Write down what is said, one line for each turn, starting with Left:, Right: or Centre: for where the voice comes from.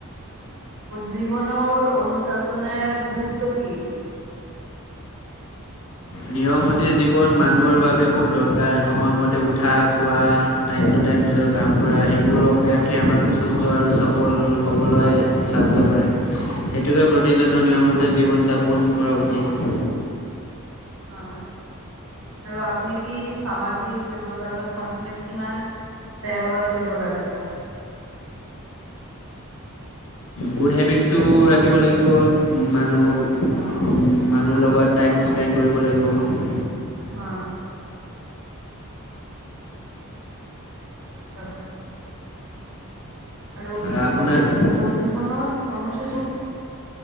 Right: জীৱনৰ অনুশাসনেৰ গুৰুত্ব কি।
Left: নিয়মতি জীৱন মানুহৰ বাবে খুব দৰকাৰ সময়মতে উঠা খোৱা। টাইম টু টাইম নিজৰ কাম কৰা সেইবোৰ অভ্যাসে আমাকো সুস্থ আৰু সফল হ'বলৈ।
Right: হয়,
Left: সাহ্য কৰে সেইটোকে প্ৰতিজনৰ
Right: হয়।
Left: নিয়ম মতে জীৱন যাপন কৰা উচিত।
Right: হয়। আৰু আপুনি কি সামাজিক যোগাযোগ মাধ্যমে কিমান। ব্যৱহাৰ কৰিব লাগিব।
Left: গুড হেবিটছো ৰাখিব লাগিব মানুহ
Right: হয়,
Left: মানুহৰ লগত। টাইমটো স্পেণ্ড কৰিব লাগিব।
Right: হয়। চাক। আৰু।
Left: আহ আপোনাৰ।
Right: মোৰ জীৱনত অনুশাসন